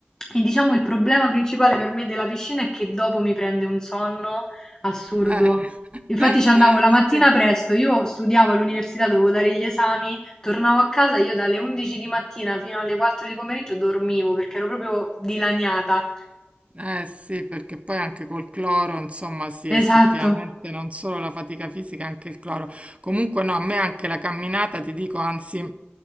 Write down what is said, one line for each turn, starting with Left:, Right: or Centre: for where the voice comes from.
Left: E diciamo il problema principale per me della piscina è che dopo mi prende un sonno assurdo.
Right: <laughs>
Left: Infatti ci andavo la
Right: Sì.
Left: mattina presto, io studiavo all'università, dovevo dare gli esami, tornavo a casa, io dalle 11 di mattina fino alle 4 di pomeriggio dormivo perché ero proprio dilaniata.
Right: Eh sì, perché poi anche col cloro, insomma, sì, effettivamente
Left: Esatto.
Right: non solo la fatica fisica, anche il cloro. Comunque no, a me anche la camminata, ti dico, anzi,